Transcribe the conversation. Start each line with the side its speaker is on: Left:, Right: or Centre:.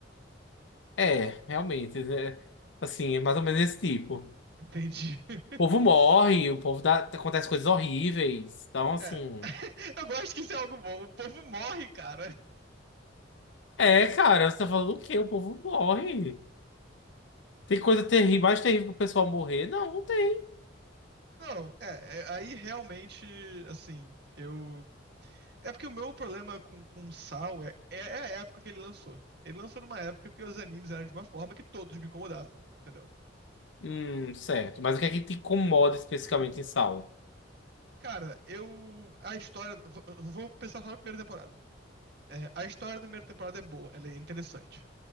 Left: É, realmente, é, assim, é mais ou menos esse tipo.
Right: Entendi. <laughs>
Left: O povo morre, o povo dá, acontece coisas horríveis. Então, assim.
Right: É. <laughs> Eu gosto que isso é algo bom. O povo morre, cara.
Left: É, cara, você tá falando o quê? O povo morre. Tem coisa terrível, mais terrível que o pessoal morrer? Não, não tem.
Right: Não, é, é, aí realmente, assim, eu. É porque o meu problema com, com Sal é, é é a época que ele lançou. Ele lançou numa época que os animes eram de uma forma que todos me incomodavam, entendeu?
Left: Hum, certo. Mas o que é que te incomoda especificamente em Saulo?
Right: Cara, eu. A história. Vou, vou pensar só na primeira temporada. É, a história da primeira temporada é boa, ela é interessante.